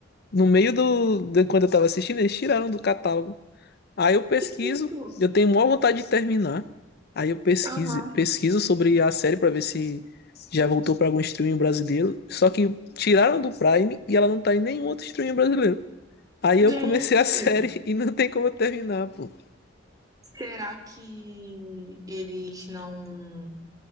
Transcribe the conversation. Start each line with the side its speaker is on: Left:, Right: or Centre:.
Left: no meio do, de quando eu tava assistindo, eles tiraram do catálogo. Aí eu pesquiso,
Right: Que isso?
Left: eu tenho maior vontade de terminar. Aí eu pesquiso,
Right: Aham.
Left: pesquiso sobre a série para ver se já voltou para algum streaming brasileiro. Só que tiraram do Prime e ela não tá em nenhum outro streaming brasileiro. Aí eu
Right: Gente,
Left: comecei a série <laughs> e não tem como eu terminar, pô.
Right: será que eles não,